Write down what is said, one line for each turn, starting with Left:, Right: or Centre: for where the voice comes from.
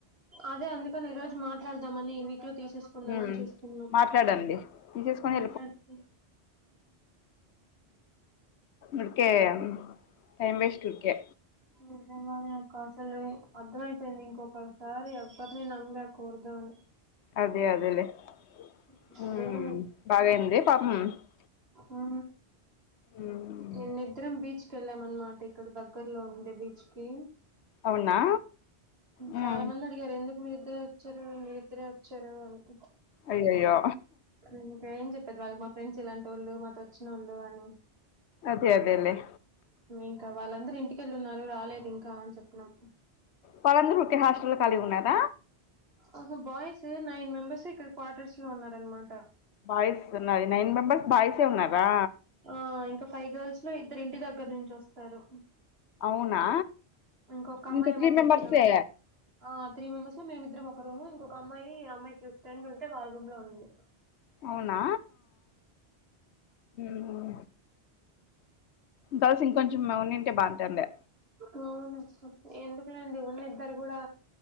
Right: అదే అందుకని ఈరోజు మాట్లాడదామని ఈ వీక్ లో తీసేసుకుందాంని
Left: ఉమ్,
Right: చూస్తున్న
Left: మాట్లాడండి తీసేసుకొని
Right: మాట్లాతే
Left: ఉరికే టైమ్ వేస్ట్ ఉరికే
Right: <unintelligible> అకాశలు అర్థమయిపోయింది ఇంకొకసారి ఎవ్వరిని నమ్మకూడదు అని
Left: అదే అదేలే <unintelligible>
Right: ఇంత దూరం ఉ
Left: ఉమ్,
Right: నిన్నిద్దరం బీచ్ కెళ్ళాం అనమాట ఇక్కడ దగ్గర్లోనే ఉండే బీచ్ కి
Left: అవునా ఉమ్,
Right: చాలా మంది అడిగారు ఎం మీరిద్దరే వచ్చారు మీరిదరే వచ్చారు అ
Left: అయయ్యో
Right: ఇంకా <unintelligible> మా ఫ్రెండ్స్ ఇలాంటి వాళ్ళు మాతో వచ్చిన వాళ్ళు అని
Left: అదే అదేలే
Right: ఇంకా వాళ్ళందరు ఇంటికెళ్ళున్నారు రాలే ఇంకా అని చెప్పిన్నం
Left: వాళ్ళందరూ ఒకే హాస్టల్ కలిగి ఉన్నర
Right: ఆహ బాయ్స్ నైన్ మెంబెర్స్ ఇక్కడ క్వార్టర్స్ లో ఉన్నారనమాట
Left: బాయ్స్ ఉన్నది నైన్ మెంబెర్స్ బాయ్సే ఉన్నారా
Right: ఆ ఇంకా ఫైవ్ గర్ల్స్లో ఇద్దరు ఇంటి దగ్గర నుంచి వస్తారు
Left: అవునా
Right: ఇంకొక అమ్మాయి
Left: ఇంకా త్రీ
Right: మా పీజీలో
Left: మెంబర్సే
Right: ఉంది ఆ త్రీ మెంబర్స్ మేమిద్దరం ఒక రూమ్ ఇంకొక అమ్మాయి అమ్మాయికి ఒక ఫ్రెండ్ ఉంటే వాళ్ళ రూమ్ లో ఉంది
Left: అవునా మ్ గర్ల్స్ ఇంకొంచెం మ ఉనింటే బావుంటుండే
Right: అవును అక్క ఎందుకులేండి ఉన్న ఇద్దరు కూడా